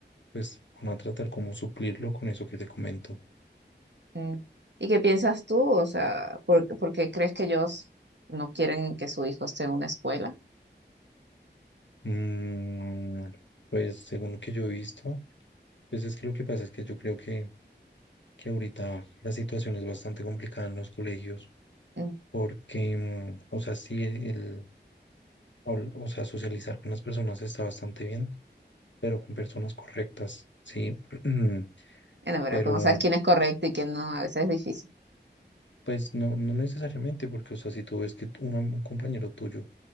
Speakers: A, on the left; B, on the right.
A: pues van a tratar como suplirlo con eso que te comento.
B: Mm. ¿Y qué piensas tú? O sea, ¿por, por qué crees que ellos no quieren que su hijo esté en una escuela?
A: Mm, pues según lo que yo he visto, pues es que lo que pasa es que yo creo que, que ahorita la situación es bastante complicada en los colegios
B: Mm.
A: porque, mm, o sea, sí, el, habl- o sea, socializar con las personas está bastante bien, pero con personas correctas, sí, <clears throat>
B: Bueno, pero
A: pero
B: como sabes quién es correcto y quién no, a veces es difícil.
A: pues no, no necesariamente porque, o sea, si tú ves que un, am- un compañero tuyo